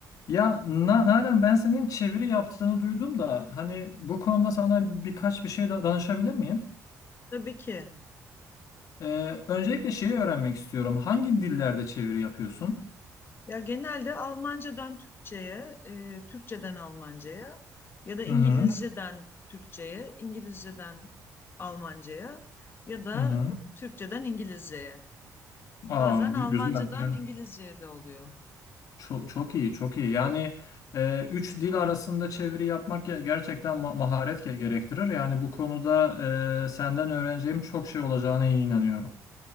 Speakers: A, on the left; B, on the left.
A: Ya Na- Nalan ben senin çeviri yaptığını duydum da hani bu konuda sana birkaç bir şey da danışabilir miyim?
B: Tabii ki.
A: Ee, öncelikle şeyi öğrenmek istiyorum. Hangi dillerde çeviri yapıyorsun?
B: Ya genelde Almancadan Türkçe'ye, e, Türkçeden Almanca'ya ya da İngilizceden
A: Hı hı.
B: Türkçe'ye, İngilizceden Almanca'ya ya da
A: Hı hı.
B: Türkçeden İngilizce'ye.
A: Aa,
B: Bazen
A: gü-
B: Almancadan
A: güzel. Yani
B: İngilizce'ye de oluyor.
A: çok, çok iyi, çok iyi. Yani e, üç dil arasında çeviri yapmak ge- gerçekten ma- maharet ge- gerektirir. Yani bu konuda e, senden öğreneceğim çok şey olacağına inanıyorum.